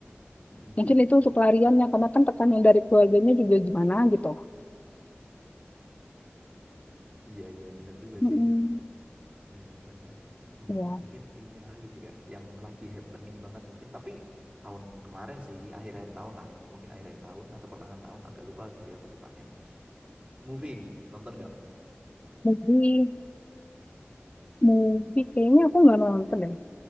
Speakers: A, on the right (about 30°); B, on the left (about 30°).
A: Mm-mm.
B: mungkin itu untuk pelariannya karena kan tekanan dari keluarganya juga gimana gitu.
A: Iya iya bener juga
B: Mm-mm.
A: sih menyedihkan ya. Oh,
B: Ya,
A: mungkin ini lagi sih Kak yang lagi happening banget mungkin tapi tahun kemarin sih akhir-akhir tahun lah mungkin akhir-akhir tahun atau pertengahan tahun agak lupa sih aku tepatnya. Moving nonton nggak
B: jadi Movie kayaknya aku nggak nonton deh.